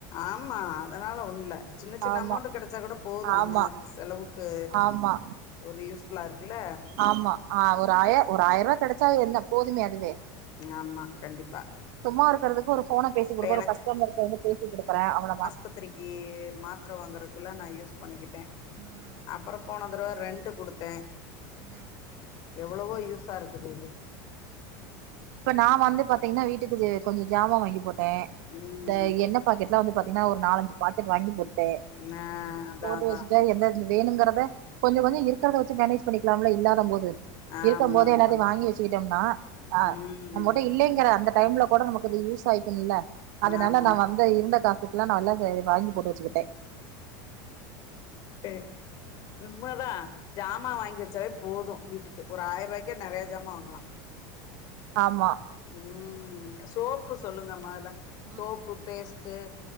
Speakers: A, on the left; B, on the right.
A: ஆமா அதனால ஒண்ணுல்ல சின்ன சின்ன
B: ஆமா
A: அமௌண்டு கெடச்சா கூட போதூ
B: ஆமா
A: நம்ம செலவுக்கு
B: ஆமா
A: ஒரு யூஸ்ஃபுல்லா இருக்குல்ல
B: ஆமா ஆ ஒரு ஆயே ஒரு ஆயர் ரூவாக் கெடச்சா என்ன போதுமே அதுவே
A: ஆமா கண்டிப்பா
B: சும்மா இருக்கிறதுக்கு ஒரு ஃபோன பேசி
A: இப்ப
B: கொடுக்கற ஒரு கஸ்டமர் கிட்ட இருந்து பேசி கொடுக்குறே அவ்ளோதா
A: பத்திரிக்கு மாத்தர வாங்குறதுக்குல்லா நா யூஸ் பண்ணிக்கிட்டே
B: அ
A: அப்புறோ போன தடவ ரெண்ட்டு குடுத்தே
B: ம்
A: எவ்ளவோ யூஸ்ஸா இருக்குது இது
B: இப்ப நா வந்து பாத்தீங்கன்னா வீட்டுக்கு கொஞ்சோ ஜாமா வாங்கி போட்டே
A: ம்
B: இந்த எண்ணெ பாக்கெட்லா வந்து பாத்தீங்கன்னா ஒரு நாலஞ்சு பாக்கெட் வாங்கி போட்டே
A: ஆ அதா
B: போட்டு
A: அதா
B: வச்சுட்டு எந்த இ வேணுங்கறத கொஞ்சோ கொஞ்சோ இருக்கறத வச்சு மேனேஜ் பண்ணிக்கலாம்ல இல்லாதம் போது
A: ஆமா
B: இருக்கும் போத
A: ஆமா
B: எல்லாத்தையு வாங்கி வச்சுக்கிட்டோம்னா ஆ
A: ம்
B: நம்மகிட்ட இல்லைங்கிற அந்த டைம்ல கூட நமக்கு அது யூஸ் ஆயிக்கும்ல அதனால
A: ஆமா
B: நா வந் இந்த இருந்த காசுக்கெல்லா நா ஜா எல்லா வாங்கி போட்டு வச்சுக்கிட்டே
A: ஏய் உண்மதா ஜாமா வாங்கி வச்சாவே போது வீட்டுக்கு ஒரு ஆயிர ரூவாய்க்கே நெறையா ஜாமான் வாங்கலா
B: ஆமா
A: ம் சோப்பு சொல்லுங்க மொதல்ல
B: ம்
A: சோப்பு பேஸ்ட் டு